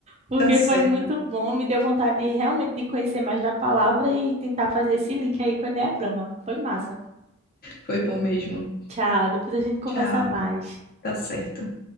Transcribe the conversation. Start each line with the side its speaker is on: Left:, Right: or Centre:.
Right: Porque
Left: Tá certo.
Right: foi muito bom, me deu vontade de, realmente de conhecer mais da palavra e tentar fazer esse link aí com o Eneagrama. Foi massa.
Left: Foi bom mesmo.
Right: Tchau, depois a gente conversa
Left: Tchau.
Right: mais.
Left: Tá certo.